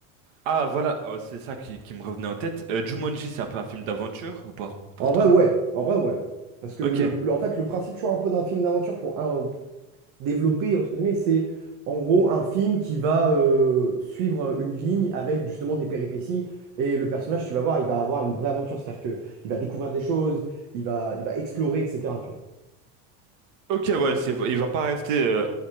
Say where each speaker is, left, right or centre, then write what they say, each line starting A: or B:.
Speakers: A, on the right; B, on the right.
A: Ah voilà, oh, c'est ça qui, qui me revenait en tête. Euh, Jumanji, c'est un peu un film d'aventure ou pas pour
B: En
A: toi?
B: vrai, ouais. En vrai, ouais. Parce que,
A: Ok,
B: le, le- en fait, le principe, tu vois, un peu d'un film d'aventure, pour, développé, entre guillemets, c'est en gros un film qui va euh, suivre euh, une ligne avec justement des péripéties. Et le personnage, tu vas voir, il va avoir une vraie aventure. C'est-à-dire que il va découvrir des choses, il va, il va explorer, etc. Tu vois.
A: ok, ouais, c'est, il va pas rester, euh,